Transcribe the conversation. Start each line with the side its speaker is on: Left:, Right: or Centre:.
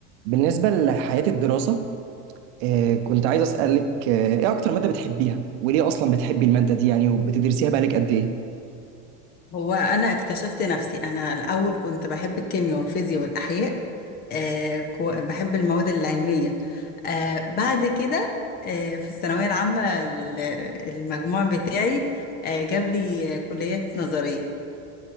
Right: بالنسبة لحياة الدراسة آه، كنت عايز أسألك آه، إيه أكتر مادة بتحبيها؟ وليه أصلا بتحبي المادة دي يعني وبتدرسيها بقالك قد إيه؟
Left: هو انا اكتشفت نفسي انا الاول كنت بحب الكيمياء والفيزياء والاحياء آه كو- بحب المواد العلميه آه بعد كده آه في الثانويه العامه ال- المجموع بتاعي آه جاب لي كليه نظريه